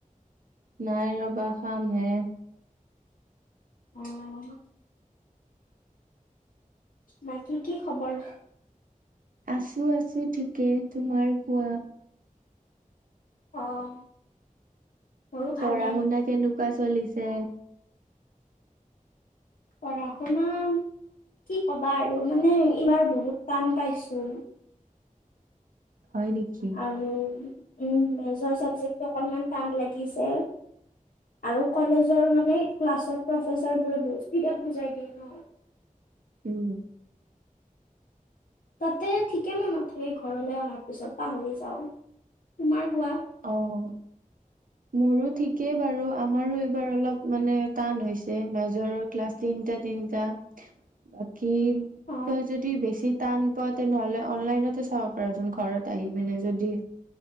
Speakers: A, on the right (about 75°); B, on the left (about 75°).
A: নাই ৰ'বা, খাম হে।
B: অ'। বাকী কি খবৰ?
A: আছোঁ, আছোঁ ঠিকে। তোমাৰ কোৱা?
B: অ'। মোৰো ভালে
A: পঢ়া-শুনা কেনেকুৱা চলিছে?
B: পঢ়া-শুনা কি ক'বা আৰু মানে এইবাৰ বহুত টান পাইছোঁ।
A: হয় নেকি?
B: ঊম, মেজৰ চাবজেক্টটো অকনমান টান লাগিছে। আৰু কলেজৰ মানে ক্লাছত প্ৰফেচাৰবোৰে বহুত স্পীডত বুজাই দিয়ে ন'।
A: ঊম।
B: তাতে ঠিকে মনত থাকে ঘৰলৈ অহাৰ পিছত পাহৰি যাওঁ। তোমাৰ কোৱা?
A: অ'। মোৰো ঠিকেই বাৰু আমাৰো এইবাৰ অলপ মানে টান হৈছে মেজৰৰ ক্লাছ তিনটা তিনটা। বাকী
B: অ
A: তই যদি বেছি টান পোৱা তেনেহলে অনলাইনতে চাব পাৰচোন ঘৰত আহি পিনে যদি